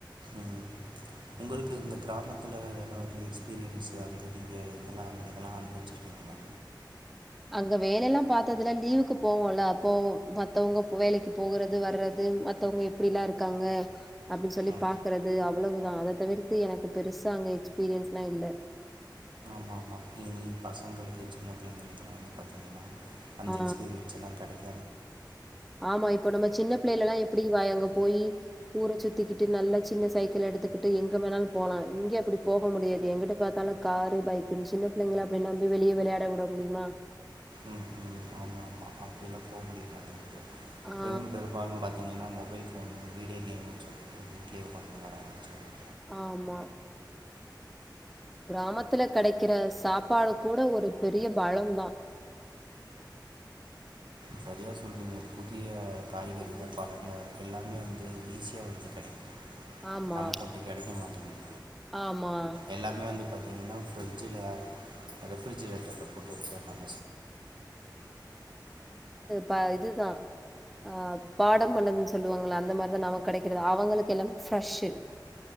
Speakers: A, on the right; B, in the centre.
A: ம் உங்களுக்கு இந்த கிராமத்துல இதெல்லா வந்து எக்ஸ்பீரியன்ஸ் அங்க நீங்க இதெல்லா இதெல்லா அனுபவிச்சிருக்கீங்களா
B: அங்க வேலெல்லா பாத்ததில்ல லீவுக்கு போவோல அப்போ மத்தவங்க வேலக்கு போகுறது வர்றது மத்தவங்க எப்டிலா இருக்காங்க அப்டின்னு சொல்லி
A: ஆ
B: பாக்றது அவ்ளோ தா அத தவிர்த்து எனக்கு பெருசா அங்க எக்ஸ்பீரியன்ஸ்லா இல்ல
A: ஆமா இங்யு பசங்ளுக்கு சின்ன பிள்ளங்களுக்கெல்லா வந்து பாத்திங்கன்னா அந்த
B: ஆ
A: எக்ஸ்பீரியன்ஸ் எல்லா கெடைக்
B: ஆமா இப்ப நம்ம சின்ன பிள்ளேலெல்லா எப்டி வாய் அங்க போயி ஊர சுத்திக்கிட்டு நல்லா சின்ன சைக்கிள் எடுத்துக்கிட்டு எங்க வேணாலும் போலா இங்க அப்டி போக முடியாது எங்கிட்டு பாத்தாலும் காரு பைக்குன்னு சின்ன பிள்ளேங்கள அப்டி நம்பி வெளிய வெளாட வுட முடிமா
A: ம் ம் ஆமாம் ஆமாம் அப்படிலாம் போக முடிய மாட்டேங்குது
B: ஆ
A: பெரும்பாலும் பாத்திங்கன்னா மொ மொபைல் ஃபோனு வீடியோ கேமுன்னு சொல்லிட்டு வீட்லயே உக்காந்து வெளாட வச்சுருவாங்க
B: ஆமா கிராமத்துல கெடைக்கிற சாப்பாடு கூட ஒரு பெரிய பலம் தா
A: செரியா சொல்றீங்க புதிய காய்கறிக பழங்க எல்லாமே வந்து ஈஸியா வந்து கெடைக்கும்
B: ஆமா
A: நமக்கு அப்டி கெடைக்க மாட்டேங்து
B: ஆமா
A: எல்லாமே வந்து பச் இங்குனா ஃப்ரிட்ஜ்ல <unintelligible>
B: தா இதுதா ஆ பாடம் பண்ணதுன்னு சொல்லுவாங்க இல்ல அந்த மாரி தா நமக் கெடைக்கறது அவங்களுக்கு எல்லாமே ஃப்ரெஷ்ஷூ